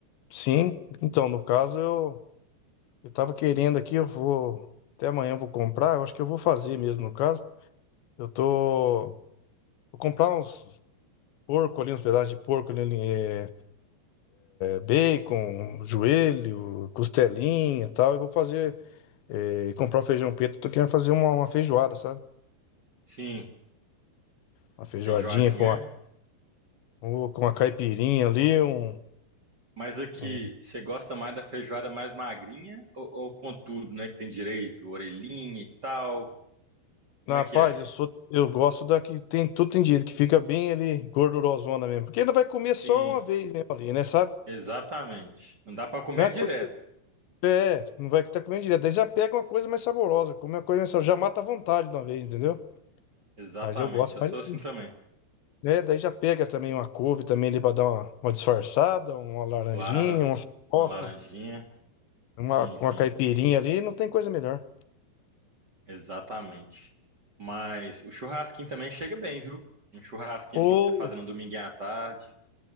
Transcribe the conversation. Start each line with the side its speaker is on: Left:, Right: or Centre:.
Left: sim. Então, no caso, eu, eu tava querendo aqui, eu vou. Até amanhã eu vou comprar. Eu acho que eu vou fazer mesmo, no caso. Eu tô. Vou comprar uns porco ali, uns pedaços de porco ali, eh, bacon, joelho, costelinha e tal. Eu vou fazer, eh, comprar o feijão preto. Tô querendo fazer uma, uma feijoada, sabe?
Right: Sim,
Left: Uma feijoadinha
Right: feijoadinha
Left: com
Right: é.
Left: a, com uma caipirinha ali, um,
Right: Mas aqui,
Left: um...
Right: você gosta mais da feijoada mais magrinha ou, ou com tudo, né? Que tem direito, orelhinha e tal. Como
Left: Rapaz,
Right: é que é?
Left: eu sou, eu gosto da que tem tudo tem direito, que fica bem ali, gordurosona mesmo. Porque ainda vai comer
Right: Sim,
Left: só uma vez mesmo ali, né, sabe?
Right: exatamente. Não dá pra comer
Left: Não é coisa
Right: direto.
Left: que você- é, não vai estar comendo direto. Daí já pega uma coisa mais saborosa, come uma coisa mais saborosa, já mata a vontade de uma vez, entendeu?
Right: Exatamente,
Left: Mas eu gosto
Right: eu
Left: mais
Right: sou
Left: assim.
Right: assim também.
Left: né? Daí já pega também uma couve também ali para dar uma, uma disfarçada, uma laranjinha,
Right: Claro,
Left: uma farofa,
Right: uma laranjinha.
Left: uma,
Right: Sim, sim.
Left: uma caipirinha ali, não tem coisa melhor.
Right: Exatamente. Mas o churrasquinho também chega bem, viu? Um churrasquinho
Left: Ô,
Right: assim pra você fazer no dominguinho à tarde.